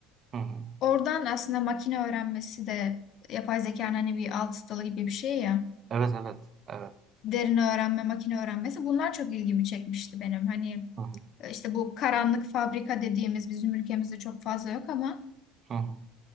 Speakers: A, on the right; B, on the left.
A: hı hı.
B: Oradan aslında makine öğrenmesi de yapay zekanın hani bir alt dalı gibi bir şey ya.
A: Evet, evet, evet.
B: derin öğrenme, makine öğrenmesi bunlar çok ilgimi çekmişti benim. Hani
A: Hı hı,
B: e, işte bu karanlık fabrika dediğimiz bizim ülkemizde çok fazla yok ama
A: hı hı,